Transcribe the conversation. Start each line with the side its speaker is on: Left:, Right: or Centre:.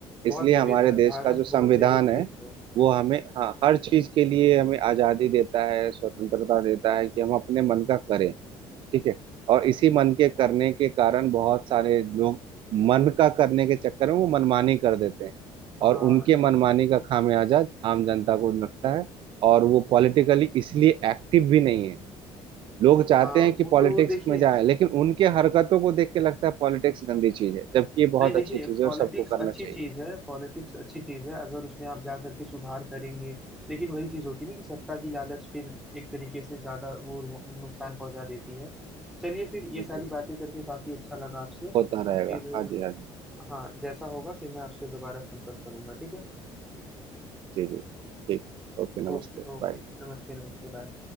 Centre: बहुत
Right: इसलिए
Centre: विविध
Right: हमारे
Centre: है
Right: देश
Centre: भारत
Right: का जो संविधान
Centre: बहुत विविध
Right: है
Centre: देश है
Right: वो हमें हाँ, हर चीज के लिए हमें आजादी देता है स्वतंत्रता देता है कि हम अपने मन का करें ठीक है और इसी मन के करने के कारण बहुत सारे लोग मन का करने के चक्कर में वो मनमानी कर देते हैं और
Centre: हाँ
Right: उनके मनमानी का खामियाजा आम जनता को लगता है और वो पॉलिटिकली इसलिए एक्टिव भी नहीं है लोग चाहते
Centre: हाँ
Right: हैं कि
Centre: वो
Right: पॉलिटिक्स
Centre: तो देखिए
Right: में जाए लेकिन उनके हरकतों को देख के लगता है पॉलिटिक्स गंदी चीज है जबकि ये बहुत
Centre: नहीं देखिए
Right: अच्छी चीज है
Centre: पॉलिटिक्स
Right: और सबको करना
Centre: अच्छी
Right: चाहिए
Centre: चीज है पॉलिटिक्स अच्छी चीज है अगर उसमें आप जा करके सुधार करेंगे लेकिन वही चीज होती है ना कि सत्ता की लालच फिर एक तरीके से ज्यादा वो हो- नुकसान पहुंचा देती है चलिए फिर
Right: ठीक
Centre: ये सारी
Right: है
Centre: बातें करके काफी अच्छा लगा आपसे
Right: होता
Centre: फिर
Right: रहेगा हाँ जी हाँ जी
Centre: हाँ जैसा होगा फिर मैं आपसे दोबारा संपर्क करूंगा ठीक है
Right: जी जी ठीक ओके नमस्ते
Centre: ओके ओके
Right: बाय
Centre: नमस्ते नमस्ते बाय